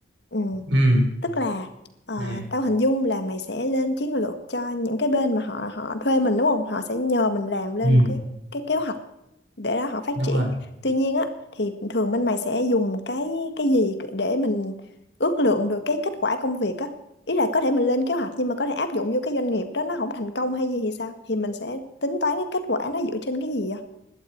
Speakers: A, on the left; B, on the right.
A: ừ.
B: ừ
A: tức là ờ,
B: thì
A: tao hình dung là mày sẽ lên chiến lược cho những cái bên mà họ họ thuê mình đúng không họ sẽ nhờ mình làm lên
B: ừ
A: một cái cái kế hoạch để đó họ phát
B: đúng
A: triển
B: rồi
A: tuy nhiên á thì thường bên mày sẽ dùng cái cái gì để mình ước lượng được cái kết quả công việc á ý là có thể mình lên kế hoạch nhưng mà có thể áp dụng vô cái doanh nghiệp đó nó không thành công hay gì thì sao thì mình sẽ tính toán cái kết quả nó dựa trên cái gì á